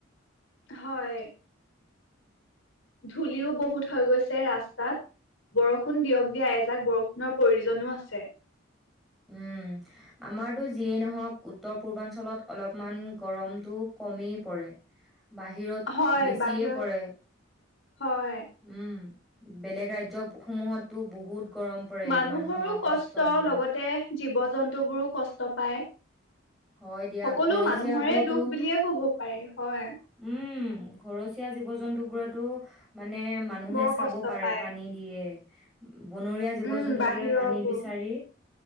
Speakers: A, on the left; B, in the centre.
A: হয়। ধূলিও বহুত হৈ গৈছে ৰাস্তাত। বৰষুণ দিয়ক দিয়া, এজাক বৰষুণৰ প্ৰয়ো জনো আছে।
B: উম, আমাৰতো যিয়েই নহওঁক, উত্তৰ পূৰ্বাঞ্চলত অলপমান গৰমটো কমেই পৰে। বাহিৰত
A: হয়
B: বেছিয়ে
A: বাহিৰত
B: পৰে।
A: হয়।
B: উম বেলেগ ৰাজ্য সমূহতো বহুত গৰম পৰে
A: মানুহৰো
B: মানুহৰ
A: কষ্ট
B: বহুত
A: লগতে জীৱ জন্তুবোৰো কষ্ট পায়।
B: হয় দিয়া,
A: সকলো
B: ঘৰচীয়া
A: মানুহৰে
B: বোৰতো,
A: দুখ বুলিয়ে ক'ব
B: উম,
A: পাৰি হয়।
B: ঘৰচীয়া জীৱ জন্তু বোৰত তোৰ মানে মানুহে
A: বৰ
B: চাব
A: কষ্ট
B: পাৰে,
A: পায়
B: পানী দিয়ে। বনৰীয়া জীৱ
A: উম
B: জন্তু
A: বাহিৰৰবোৰ
B: বোৰে পানী বিচাৰি